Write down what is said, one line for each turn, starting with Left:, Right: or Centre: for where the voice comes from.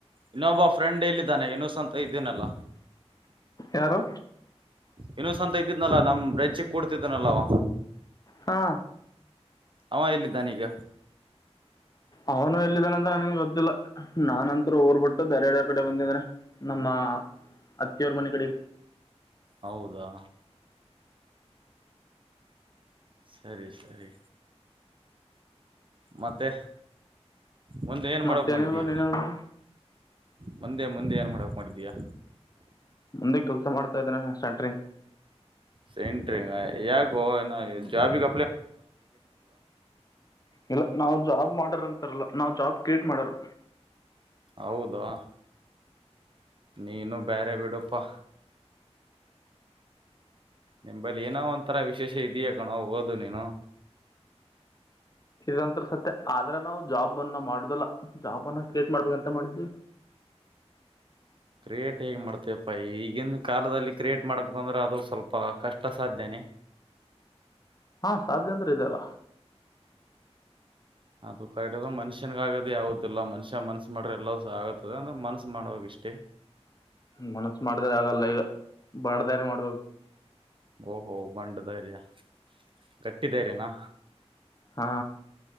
Right: ಇನೋಬ ಫ್ರೆಂಡ್ ಎಲ್ಲಿದ್ದಾನೆ ಏನುಸ್ ಅಂತ ಇದೇನಲ್ಲ.
Left: ಯಾರು.
Right: ಯೂನಸ್ ಅಂತ ಇದ್ದಿದ್ನಾಲ ನಮ್ ಬೆಂಚಿ ಕೂಡ್ತಿದನಲ್ಲವ.
Left: ಹಾ
Right: ಅವ ಎಲ್ಲಿದ್ದಾನ ಈಗ.
Left: ಅವನು ಎಲ್ಲಿದ ನನಗೆ ಗೊತ್ತಿಲ್ಲ ನಾನಂತ್ರು ಊರ್ ಬಿಟ್ಟು ಬೇರೆ ಕಡೆ ಬಂದಿದ್ರೆ ನಮ್ಮ ಅತ್ತಿಯವರ ಮನಿ ಕಡೆ.
Right: ಹೌದಾ ಸರಿ ಸರಿ ಮತ್ತೆ. ಮುಂದೆ ಏನ್
Left: ಮತ್ತೇನಿಲ್ಲ
Right: ಮಾಡಕ್ ಮಾಡಿದೀಯಾ
Left: ನೀನೆ ಹೇಳೋ.
Right: ಮುಂದೆ ಮುಂದೆ ಏನ್ ಮಾಡಕ್ ಮಾಡಿದ್ಯ.
Left: ಮುಂದೆ ಕೆಲ್ಸ ಮಾಡ್ತಾ ಇದ್ದೇನೆ ಸ್ಯಾಂಟ್ರಿಂಗ್.
Right: ಸಾನಿಟಾರಿಂಗ್ ಯಾಕೋ ಇನ್ನ್ ಜಾಬಿಗ್
Left: ಇಲ್ಲ ನಾವು ಜಾಬ್ ಮಾಡಾರ ಅಂತಾರಲ್ಲ ನಾವ್ ಜಾಬ್ ಕ್ರಿಯೇಟ್ ಮಾಡರು.
Right: ಹೌದಾ ನೀನು ಬೇರೆ ಬಿಡುಪ್ಪಾ. ನಿಮಂಬಲ್ಲಿ ಏನೋ ಒಂತರ ವಿಶೇಷ ಇದ್ಯಾ ಕಣೋ ಓದು ನೀನು.
Left: ಇದಂತ ಸತ್ಯ ಆದ್ರೆ ನಾವು ಜಾಬ್ ಅನ್ನ ಮಾಡುದಲ್ಲಾ ಜಾಬ್ ಅನ್ನ ಕ್ರಿಯೇಟ್ ಮಾಡ್ಬೇಕ ಅಂತ ಮಾಡಿದ್ದೀವಿ.
Right: ಕ್ರಿಯೇಟ್ ಹೇಗ್ ಮಾಡ್ತೇಯಪ್ಪ ಈಗಿನ ಕಾಲದಲ್ಲಿ ಕ್ರಿಯೇಟ್ ಮಾಡ್ಬೇಕಂದ್ರೆ ಅದು ಸ್ವಲ್ಪ ಕಷ್ಟ ಸಾಧ್ಯನೆ.
Left: ಹಾ ಸಾಧ್ಯ ಅಂದ್ರ ಇದೆಯಲ್ಲ.
Right: ಅದು ಕರೆಕ್ಟ್ ಮನುಷ್ಯನ್ಗ ಆಗದ ಯಾವುದಿಲ್ಲಾ ಮನುಷ್ಯ ಮನ್ಸ ಮಾಡ್ರೆ ಎಲ್ಲವುಸ ಆಗುತ್ತೆ ಅಂದ್ರೆ ಮನ್ಸ ಮಾಡಬೇಕಷ್ಟೇ.
Left: ಮನ್ಸ ಮಾಡಿದ್ರೆ ಆಗಲ್ಲ ಈಗ ಬಂಡ್ ಧ್ಯರ್ಯ ಮಾಡ್ಬೇಕು.
Right: ಓಹೋ ಬಂಡ್ ಧೈರ್ಯ ಗಟ್ಟಿ ಧೈರ್ಯನಾ.
Left: ಹಾ